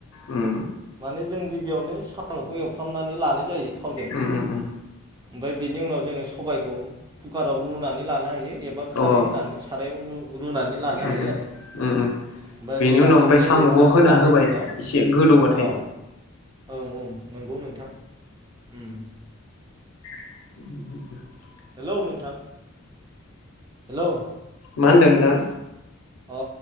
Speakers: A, on the left; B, on the right.
A: उम
B: मानो जों गिबियावनो साम'खौ एवफ्रामनानै लानाय जायो। थावजों,
A: उम उम उम
B: ओमफाय बेनि उनाव जोङो सबायखौ कुकाराव लुनानै लानो हायो। एबा खारै
A: अ
B: होनानै सारायाव रुनानै लानो
A: उम
B: हायो
A: उम।
B: आरो
A: उम उम।
B: ओमफ्राय
A: बेनि
B: रुनानै
A: उनाव ओमफ्राय
B: गेब्लेहोनानै
A: साम'खौ होना
B: लानायनि
A: होबाय
B: उनाव,
A: एसे गोदौबाथाय
B: अ ओं ओं नंगौ नोंथां उम।
A: <inaudible>
B: लौ नोंथां हेलौ
A: मा होनदों थां?
B: अ